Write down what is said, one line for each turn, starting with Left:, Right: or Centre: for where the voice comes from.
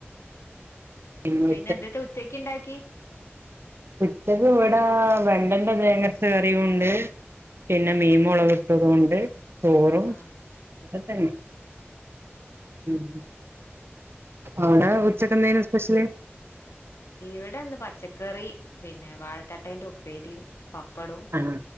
Right: <unintelligible>
Left: പിന്നെ എന്തേത്ത ഉച്ചക്ക് ഇണ്ടാക്കി
Right: ഉച്ചക്ക് ഇവിടാ വെ വെണ്ട വേങ്ങത്തു കറിയും ഉണ്ട് പിന്നെ മീൻ മുളകിട്ടതും ഉണ്ട് - ചോറും
Left: ആഹ്
Right: അതന്നെ. ഉം അവിടെ ഉച്ചക്കെന്തേനു? <unintelligible>
Left: ഇവിടെന്ത്‌ പച്ചക്കറി പിന്നെ വാഴത്തട്ടേന്റെ ഉപ്പേരിയും പപ്പടവും
Right: ആഹ്